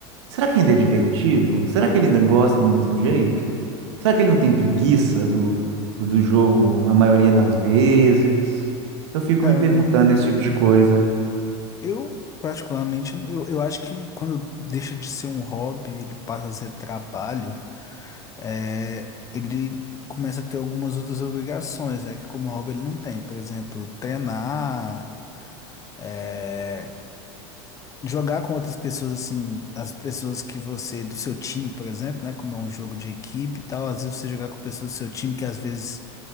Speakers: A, on the right; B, on the left.
A: Será que ainda é divertido? Será que ele ainda gosta do mesmo jeito? Será que ele não tem preguiça do, do, do jogo a maioria das vezes? Eu fico
B: Cara,
A: me perguntando esse tipo de coisa.
B: Eu, particularmente, não- eu, eu acho que quando deixa de ser um hobby, ele passa a ser trabalho, é, ele começa a ter algumas outras obrigações, né? Que como hobby ele não tem. Por exemplo, treinar, é, jogar com outras pessoas, assim, as pessoas que você, do seu time, por exemplo, né? Como é um jogo de equipe e tal, às vezes você jogar com pessoas do seu time que às vezes